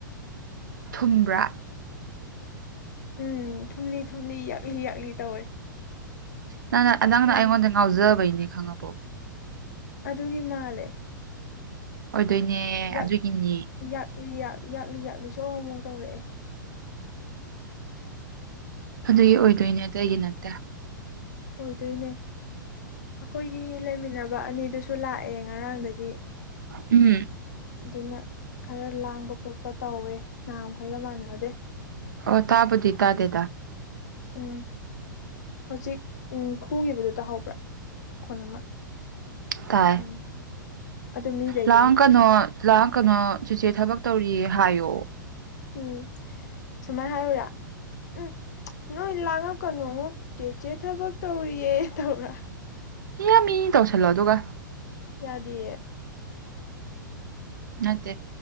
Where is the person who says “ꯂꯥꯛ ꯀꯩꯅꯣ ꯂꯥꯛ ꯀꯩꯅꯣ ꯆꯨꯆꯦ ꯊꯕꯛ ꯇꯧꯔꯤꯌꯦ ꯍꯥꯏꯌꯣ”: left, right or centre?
Right